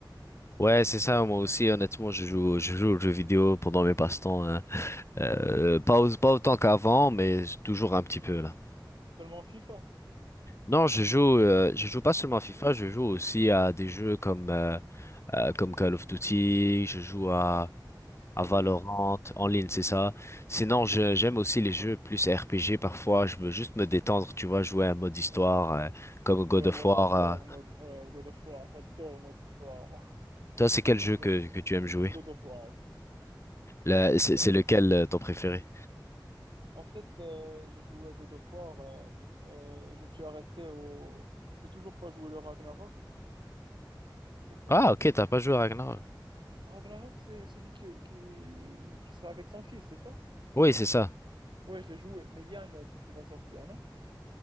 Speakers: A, on the left (about 35°); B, on the right (about 75°).
A: Ouais, c'est
B: <laughs> Donc,
A: ça, moi aussi, honnêtement, je joue, je joue aux jeux vidéo pendant mes passe-temps. hein. Euh, pas, au- pas autant qu'avant, mais toujours un petit peu là.
B: seulement FIFA?
A: Non, je joue, euh, je joue pas seulement à FIFA, je joue aussi à des jeux comme, euh, euh, comme Call of Duty, je joue à,
B: Ah, en
A: à Valorant,
B: ligne.
A: en ligne, c'est ça. Sinon, je, j'aime aussi les jeux plus RPG parfois, je veux juste me détendre, tu vois, jouer à un mode histoire,
B: Ouais,
A: euh, comme God
B: ouais moi
A: of
B: j'adore
A: War. euh.
B: mode... ouais, God of War, j'adore mode histoire, moi. <laughs>
A: Toi, c'est quel jeu
B: Ouais,
A: que, que tu aimes jouer?
B: God of War, j'adore.
A: Le- C'est c'est lequel euh, ton préféré?
B: En fait, euh, j'ai joué à God of War, euh, euh, je me suis arrêté au... J'ai toujours pas joué le Ragnarok, je sais pas.
A: Ah, ok, t'as pas joué à Ragnarok.
B: Ragnarok, c'est celui qui, qui, qui sera avec son fils, c'est ça?
A: Oui, c'est ça.
B: Ouais, je l'ai joué, mais il y a un autre qui va sortir, non?